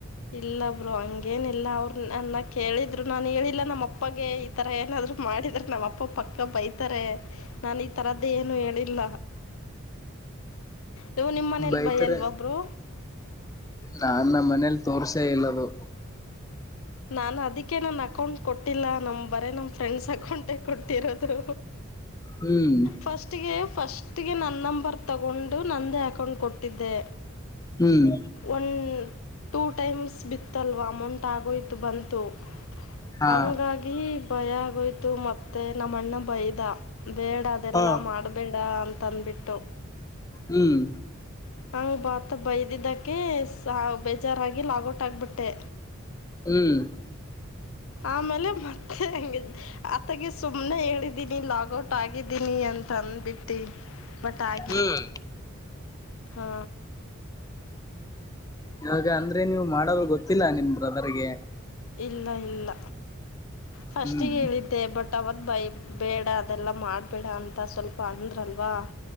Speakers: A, on the left; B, on the left.
A: ಇಲ್ಲ ಬ್ರೋ ಹಂಗೇನಿಲ್ಲ ಅವರು ನನ್ನ ಕೇಳಿದ್ರು ನಾನು ಹೇಳಿಲ್ಲ ನಮ್ಮ ಅಪ್ಪಗೆ ಈ ತರ ಏನಾದ್ರು ಮಾಡಿದ್ರೆ ನಮ್ಮ್ ಅಪ್ಪ ಪಕ್ಕ ಬೈತಾರೆ ನಾನ್ ಈ ತರದ್ದೇ ಏನು ಹೇಳಿಲ್ಲ ನೀವು ನಿಮ್ಮ ಮನೇಲಿ
B: ಬೈತರ
A: ಬೈಯಲ್ವಾ ಬ್ರೋ
B: ನಾನ್ನ ಮನೆ ತೋರ್ಚಲ್ಲದು
A: ನಾನನ್ ಅದಕ್ಕೆ ನನ್ ಅಕೌಂಟ್ ಕೊಟ್ಟಿಲ್ಲ ನಮ್ ಬರೇ ನಮ ಫ್ರೆಂಡ್ಸ್ ಅಕೌಂಟೆ ಕೊಡ್ತಿರೋದು
B: ಹ್ಮ್
A: ಫಸ್ಟ್ಗೆ ಫಸ್ಟ್ ಜತ್ತಿಗೆ ನನ್ನ ನಂಬರ್ ತಗೊಂಡು ನನ್ನೇ ಅಕೌಂಟ್ ಕೊಟ್ಟಿದ್ದೆ
B: ಹ್ಮ್
A: ಒನ್ ಟೂ ಟೈಮ್ಸ್ ಬಿತ್ತಲ್ವಾ ಅಮೌಂಟ್ ಆಗೋಯ್ತು ಬಂತು
B: ಹಾ
A: ಹಂಗಾಗಿ ಭಯ ಆಗೋಯ್ತು ಮತ್ತೆ ನಮ್ಮ ಅಣ್ಣ ಬೈದ ಬೇಡ ಅದೆಲ್ಲಾ
B: ಹಾ
A: ಮಾಡಬೇಡ ಅಂತ ಅಂದಬಿಟ್ಟು
B: ಹ್ಮ್
A: ಹ ಭಾತ್ತ ಬೈದಿದ್ದಕ್ಕೆ ಬೇಜಾರಾಗಿ ಲಾಗೌಟ್ ಆಗಿಬಿಟ್ಟೆ
B: ಹ್ಮ್
A: ಆಮೇಲೆ ಮತ್ತೆ ಹ ಆತಗೆ ಸುಮ್ನೆ ಹೇಳಿದ್ದೀನಿ ಲಾಗಔಟ್ ಆಗಿದ್ದೀನಿ ಅ ತಂದ್ಬಿಟ್ಟಿ ಬಟ್ ಆಗಿಲ್ಲ
B: ಹ್ಮ್
A: ಹಾ
B: ಇವಾಗ ಅಂದ್ರೆ ನೀವು ಮಾಡೋದು ಗೊತ್ತಿಲ್ಲ ನಿನ್ ಬ್ರದರ್ಗೆ
A: ಇಲ್ಲ ಇಲ್ಲ ಫಸ್ಟ್ಿಗೆ
B: ಹ್ಮ್
A: ಹೇಳಿದ್ದೆ ಬಟ್ ಅವತ್ ಬೈ ಬೇಡ ಅದೆಲ್ಲ ಮಾಡಬೇಡ ಅಂತ ಸ್ವಲ್ಪ ಅಂದ್ರಲ್ವಾ